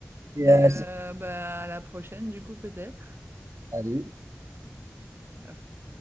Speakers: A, on the right; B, on the right.
A: Et,
B: Et
A: euh,
B: euh, bah, à la prochaine, du coup, peut-être.
A: salut.
B: Ciao.